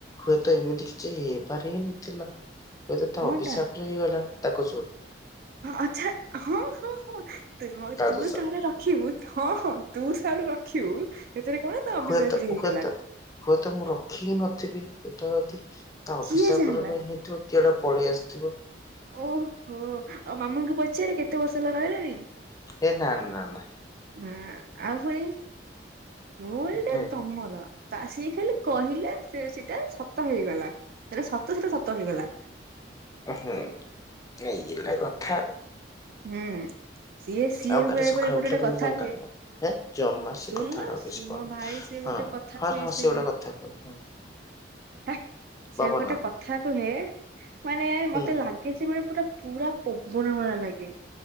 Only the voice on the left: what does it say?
ହୁଏତ ଏମିତି କିଛି ହେବାର ହିଁ ନଥିଲା, ହୁଏତ ତ
ଅଭିଶାପ ହେଇଗଲା ତାକୁ
ତା
ଦୋଷ
ହୁଏତ
ହୁଏତ ହୁଏତ ମୁଁ ରଖି ହି ନଥିବି ଏଟା ଯଦି ତା
ଅଭିସାପର
ପାଇଁ ହେଇଥିବ କି ଏଇଟା ପଳେଇ ଆସିଥିବ।
ଏ ନା ନା ନା।
ହୁଁ
ହୁଁ ଏଇହେଲା କଥା।
ଆଉ କାଲି ସକାଳୁ
ଉଠିଲେ ପୁଣି
କଣ
କାମ ହେ ଜମା ସେ
କଥାଟା ଆଉ କିଛି କହନି
ହଁ
ହଁ
ହଁ
ସେ ଗୋଟେ
କଥା
କହ ହଁ
ପବନ
ହୁଁ